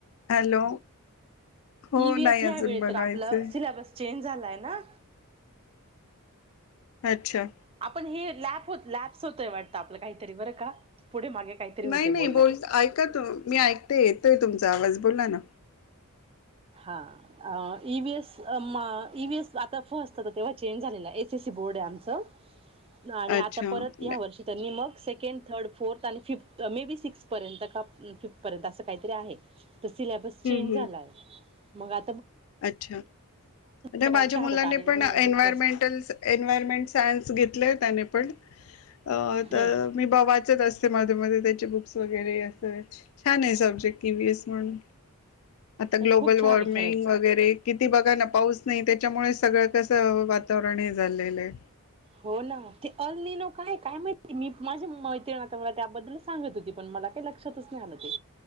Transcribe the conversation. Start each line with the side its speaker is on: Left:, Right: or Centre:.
Left: हॅलो हो
Right: वएस
Left: नाही
Right: या
Left: अजून
Right: वळी
Left: बनवायचे
Right: तर आपलं सिलेबस चेंज झालाय ना
Left: अच्छा
Right: आपण हे लॅप होत लॅप्स होतय वाटत आपलं काहीतरी बरं का पुढे मागे काहीतरी होते
Left: नाही
Right: बोलण्यात
Left: नाही बोल ऐका त मी ऐकते येतय तुमच आवाज बोला ना
Right: हा ईएस ईएस आता फस्ट तेव्हा चेंज झालेला एस एससी बोर्ड आहे आमचं आणि आता
Left: अच्छा हम्म
Right: परत या्या वर्षी त्यांनी मग सेकंड थर्ड फोर्थ आणि फिफ्थ मे बी सिक्स्थपर्यंत का फिफ्थपर्यंत असं काहीतरी आहे तर सिलेबस चेंज
Left: हम्म
Right: झालाय मंगा
Left: अच्छा
Right: तर काय
Left: माझ्या
Right: आमच्या
Left: मुलाने
Right: हातात आलेली
Left: पण
Right: नाही
Left: एन्वयरमेंटल
Right: अजून फर्स्ट
Left: एन्वयरमेंट सायन्स घेतलेय त्याने पण अ
Right: हम्म
Left: तर मी वाचत असते मध्ये मध्ये त्याची बुक वगैरे अस छान आहे सबजेक्ट क वीएस म्हणून आता
Right: नाही
Left: ग्लोबल
Right: खूप छान
Left: वॉर्मिंग
Right: आहे खरंच
Left: वैर किती बघा ना पाऊस नाही त्याच्यामुळे सगळं कसं वातावरण हे झालेलं आहे.
Right: हो ना ते अलनीनो काय काय माहीत मी माझी मैत्रिण आता मला त्याबद्दलच सांगत होती पण मला काही लक्षातच नाही आलं ते.